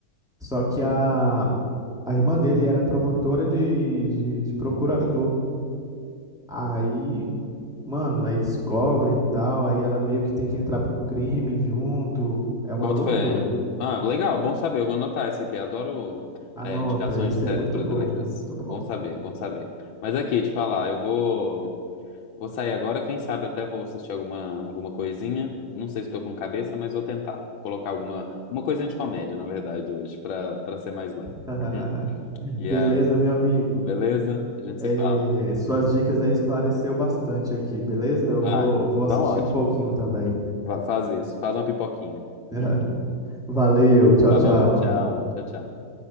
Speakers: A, in the centre; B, on the left.
A: Só que a, a irmã dele era promotora de, de, de procurador. Aí, mano, aí descobrem e tal, aí ela meio que tem que entrar pro crime junto. É uma
B: Boto
A: loucura.
B: fé. Ah, legal, bom saber. Eu vou anotar essa aqui. Adoro
A: Anota,
B: é, indicações
A: esse
B: de séries
A: é muito
B: brasileiras.
A: bom, muito
B: Bom
A: bom.
B: saber, bom saber. Mas aqui, te falar, eu vou, vou sair agora. Quem sabe até vou assistir alguma, alguma coisinha. Não sei se tô com cabeça, mas vou tentar colocar alguma uma coisinha de comédia, na verdade, hoje, pra, pra ser mais leve.
A: <laughs>
B: Hum. E
A: Beleza,
B: a,
A: meu amigo.
B: beleza? A gente
A: É,
B: se fala.
A: suas dicas aí esclareceu bastante aqui, beleza? Eu
B: Ah,
A: vou, eu vou
B: então
A: assistir
B: ótimo.
A: um pouquinho também.
B: Hum. Va- Faz isso, faz uma pipoquinha.
A: <laughs>
B: Hum.
A: Valeu, tchau,
B: Falou,
A: tchau.
B: tchau, tchau, tchau.